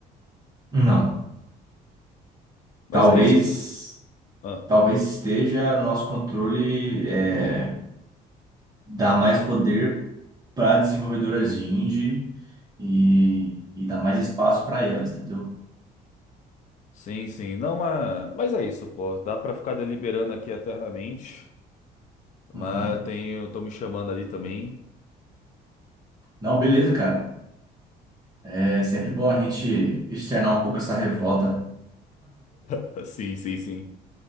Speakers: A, on the right; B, on the left.
A: Não,
B: Mas
A: talvez...
B: é isso. Ah,
A: Talvez esteja no nosso controle é, dar mais poder para desenvolvedoras indie e, e dar mais espaço para elas, entendeu?
B: sim, sim. Não, mas, mas é isso, pô. Dá pra ficar deliberando aqui eternamente, mas
A: Uhum.
B: tenho, estão me chamando ali também.
A: Não, beleza, cara. É sempre bom a gente externar um pouco essa revolta.
B: <laughs> Sim, sim, sim.